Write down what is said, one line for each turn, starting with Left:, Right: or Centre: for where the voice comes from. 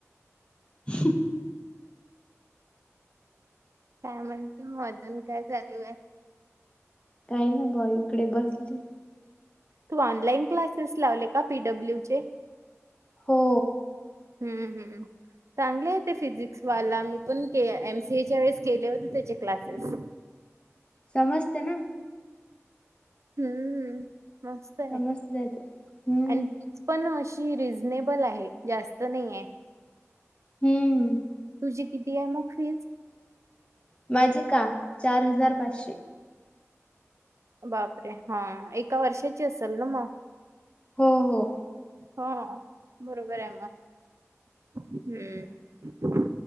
Left: <unintelligible>
Right: काय म्हणते मग, अजून काय चालू हाय?
Left: काही नाही बुवा इकडे बसली.
Right: तू ऑनलाईन क्लासेस लावले का पी डब्ल्यू चे?
Left: हो.
Right: हम्म हम्. चांगले हाय ते फिजिक्सवाला मी पण के एम सी ए च्या वेळेस केले होते त्याचे क्लासेस.
Left: समजते ना.
Right: हम्म हम्म मस्त हाय
Left: समजत त्याच हम्म
Right: आणि फी पण अशी रिझनेबल आहे जास्त नाही हाय.
Left: हम्म हम्म.
Right: तुझी किती हाय मग फीज?
Left: माझी का चार हजार पाचशे.
Right: बापरे! हा एका वर्षाची असेल ना मग.
Left: हो हो.
Right: हा बरोबर आहे म हम्म.